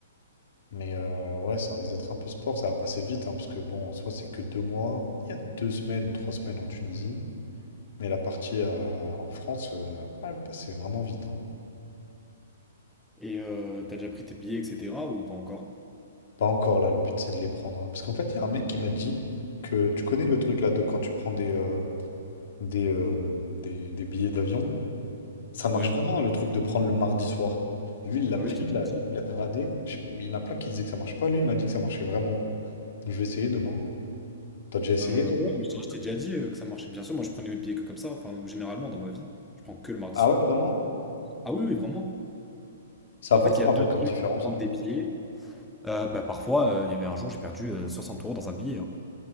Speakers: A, on the left; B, in the centre.
A: Mais euh, ouais, ça risque d'être un peu sport, ça va passer vite, hein, parce que bon, en soi, c'est que deux mois. Il y a deux semaines, trois semaines en Tunisie. Mais la partie euh, en France, euh, ah, elle va passer vraiment vite. hein.
B: Et euh, t'as déjà pris tes billets, etc. ou pas encore?
A: Pas encore là, le but c'est de les prendre. hein. Parce qu'en fait, il y a un mec qui m'a dit que tu connais le truc là de quand tu prends des, euh, des, euh, des, des billets d'avion. Ça marche
B: Ouais.
A: vraiment le truc de prendre le mardi soir. Lui, il l'a
B: Bah
A: pris,
B: oui, je t'ai déjà
A: il l'a-
B: dit.
A: il l'avait radé. Je- mais Il y en a plein qui disaient que ça marche pas. Lui, il m'a dit que ça marchait vraiment. Donc, je vais essayer demain. T'as déjà essayé
B: Euh,
A: toi?
B: ouais, mais je t'ai je t'ai déjà dit euh, que ça marchait. Bien sûr, moi je prenais mes billets que comme ça. Enfin, généralement dans ma vie, je prends que le mardi
A: Ah
B: soir.
A: ouais, vraiment?
B: Ah oui, oui, vraiment.
A: Ça
B: En
A: apporte
B: fait, il
A: quoi
B: y a deux
A: en fait comme
B: trucs
A: différence?
B: pour prendre des billets. Euh, bah parfois, euh, il y avait un jour, j'ai perdu euh, 60 euros dans un billet. hein.